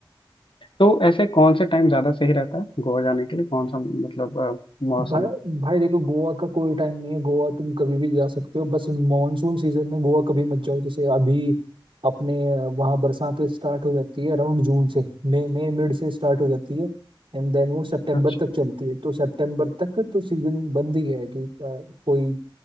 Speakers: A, on the left; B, on the right.
A: तो ऐसे कौन से टाइम ज़्यादा सही रहता है गोवा जाने के लिए कौन सा मतलब अ, मौसम
B: भाई भाई देखो गोवा का कोई टाइम नहीं है गोवा तुम कभी भी जा सकते हो बस मॉनसून सीजन में गोवा कभी मत जाओ जैसे अभी अपने वहाँ बरसात स्टार्ट हो जाती है अराउंड जून से मई मई मिड से स्टार्ट हो जाती है एंड देन वो सितंबर
A: अच्छा
B: तक चलती है तो सितंबर तक तो सीजन बंद ही है कि अ, कोई